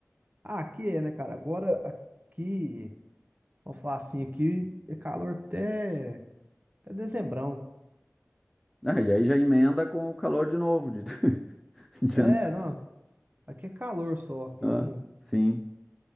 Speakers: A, on the right; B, in the centre.
A: ah, aqui é, né, cara? Agora aqui, vamos falar assim, aqui é calor até, até dezembrão.
B: Ah, e aí já emenda com o calor de novo, de, <laughs> de
A: É,
B: janeiro.
A: não, aqui é calor só, aqui
B: Ah,
A: não.
B: sim.